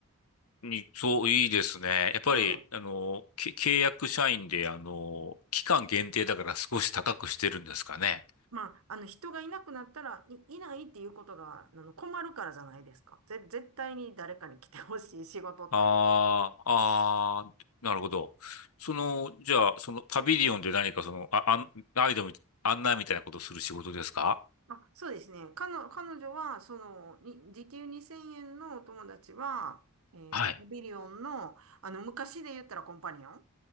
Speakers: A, on the left; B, on the right.
A: に、そう、いいですね。やっぱり、
B: ねえ。
A: あの、け契約社員で、あの、期間限定だから少し高くしてるんですかね。
B: まあ、あの、人がいなくなったら、い、いないっていうことが、あの、困るからじゃないですか。ぜ、絶対に誰かに来てほしい仕事というか。
A: ああ、ああ、なるほど。その、じゃあ、そのパビリオンで何かその、あ、あん、ガイドみ、案内みたいなことをする仕事ですか
B: あ、そうですね。彼女、彼女は、その、に時給2000円のお友達は、えっと、
A: はい。
B: パビリオンの、あの、昔で言ったらコンパニオンっ